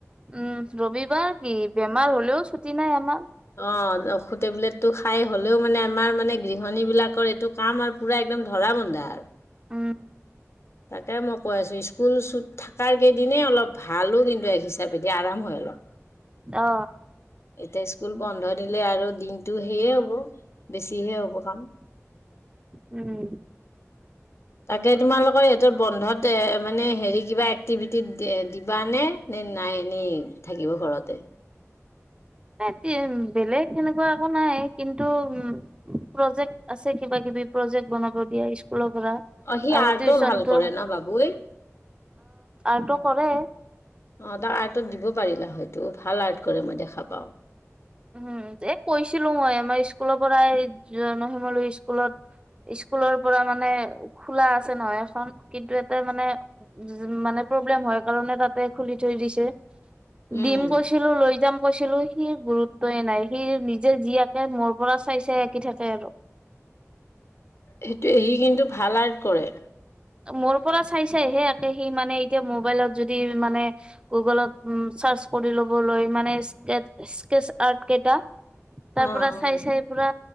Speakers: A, on the right; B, on the left.
A: উম'। ৰবিবাৰ কি? বেমাৰ হ'লেও, ছুটী নাই আমাৰ।
B: অঁ। অসু, টেবলেটটো খাই হ'লেও মানে আমাৰ মানে গৃহণী বিলাকৰ এইটো কাম আৰু পুৰা একদম ধৰা বন্ধা আৰু।
A: উম।
B: তাকে মই কৈ আছো, স্কুল চুত থাকাৰ কেইদিনে অলপ ভা ভালো কিন্তু এক হিচাপে দে, আৰাম হয় অলপ।
A: অ
B: এতিয়া স্কুল বন্ধ দিলে আৰু দিনটো সেয়ে হ'ব বেছি যিহে হ'ব কাম।
A: উম
B: তাকে তোমালোকৰ ইহঁতৰ বন্ধত এ' মানে হেৰি কিবা এক্টিভিটিত দিবানে নে নাই এনেই থাকিব ঘৰতে?
A: ইহঁতি বেলেগ সেনেকুৱা একো নাই, কিন্তু উম প্ৰজেক্ট আছে কিবা কিবি প্ৰজেক্ট বনাব দিয়া স্কুলত।
B: অ সি
A: আৰু
B: আৰ্টো
A: টিউচনটো
B: ভাল কৰে
A: অহ
B: ন বাবুই
A: আৰ্টটো কৰে।
B: অঁ, তাৰ আৰ্টত দিব পাৰিলা হয়তো, ভাল আৰ্ট কৰে মই দেখা পাওঁ।
A: উহ এ' কৈছিলো মই আমাৰ স্কুলৰ পৰাই জনসিমলো স্কুলত- স্কুলৰ পৰা মানে খোলা আছে নহয় এখন কিন্তু এতে মানে মানে প্ৰব্লেম হয় কাৰণে তাতে খুলি থৈ দিছে। ডিম
B: উম
A: গৈছিলো লৈ যাম। কৈছিলো সি গুৰুত তয়ে নাই, সি নিজে যি আঁকে মোৰ পৰা চাই - চাই আঁকি থাকে আৰু।
B: সেইটোই, ই কিন্তু ভাল আৰ্ট কৰে।
A: মোৰ পৰা চাই - চাইহে আকে সি মানে এতিয়া মোবাইলত যদি মানে গুগলত ও চাৰ্চ কৰি ল'বলৈ মানে স্কেট- স্কেচ আৰ্ট কেইটা। তাৰ
B: অ অ
A: পৰা চাই - চাই পুৰা